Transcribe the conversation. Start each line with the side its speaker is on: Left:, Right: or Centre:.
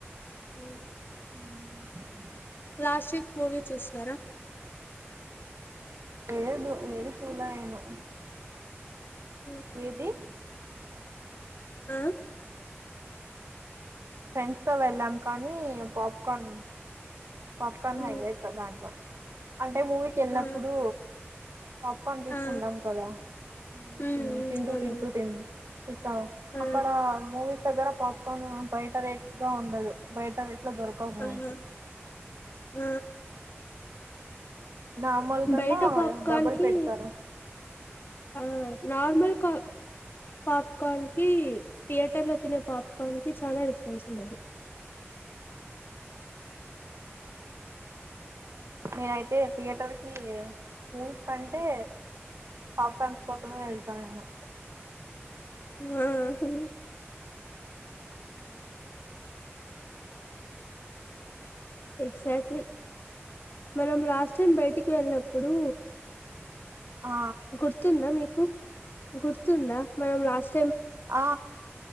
Left: మ్
Right: మ్
Left: లాస్ట్ వీక్ మూవీ చూసారా
Right: లేదు ఏది చూళ్ళే నేను
Left: ఉమ్.
Right: ఏది
Left: ఆ
Right: ఫ్రెండ్స్ తో వెళ్ళాం కానీ పాప్కార్న్ పాప్కార్న్
Left: ఉమ్.
Right: హైలెట్ దాంట్లో అంటే మూవీకేళ్ళినప్పుడు
Left: ఆ
Right: పాప్కాన్ తీసుకుంటాం
Left: ఆ
Right: కదా మూవికి
Left: ఉమ్ ఉమ్
Right: తింటూ
Left: అవునండి
Right: తింటూ తింటూ స్త
Left: ఆ
Right: అక్కడ మూవీస్ దగ్గర పాప్కార్న్ బయట రట్ గా ఉండదు బయట త్ దొరకవు మనకి
Left: ఆహా ఆ
Right: నార్మల్ కన్నా
Left: బయట పాప్కాన్కి
Right: డబుల్ పెడతారు
Left: ఆ నార్మల్ కా పాప్కార్న్ కి థియేటర్ లో తినే పాప్కార్న్ కి చాలా డిఫరెన్స్ ఉండాలి
Right: నినైతే థియేటర్ కి మూవీస్ కంటే పాప్కార్న్ కోసమే వెళ్తా నేను
Left: ఆ
Right: ఉ
Left: ఎగ్జాక్ట్లీ మనం లాస్ట్ టైం బయటికి వెళ్ళినప్పుడు
Right: ఆ
Left: గుర్తుందా మీకు గుర్తుందా మనం లాస్
Right: ఆ